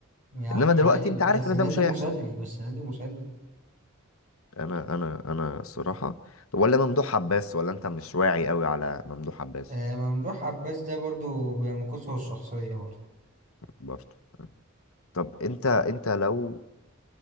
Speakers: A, on the right; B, on the left.
A: يا عم
B: انما دلوقتي
A: عادي ب-
B: انت عارف
A: بس
B: ان
A: نادي
B: ده مش
A: مسلي
B: هيحصل
A: بس نادي مسلي
B: انا انا انا الصراحه طب ولا ممدوح عباس ولا انت مش واعي قوي على ممدوح عباس
A: آه ممدوح عباس ده برضو بينقصه الشخصيه برضو
B: برضه طب انت انت لو